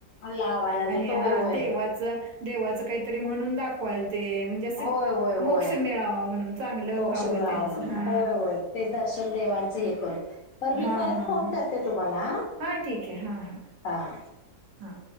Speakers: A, on the left; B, on the right.
A: लावा लागलेत
B: आणि
A: होय
B: हा
A: होय
B: देवाच देवाच काही म्हणून दाखवाल ते म्हणजे अस
A: होय होय होय
B: मोक्ष मिळावा म्हणून चांगलं
A: मोक्ष
B: व्हावं
A: मिळावा
B: त्यांचं
A: म्हणून
B: हा
A: होय होय ते दर्शन देवांचं हे करू बर
B: हा
A: मी परत
B: हा
A: फोन
B: हा
A: करते तुम्हाला
B: हा ठीक आहे हा हा
A: हा
B: हां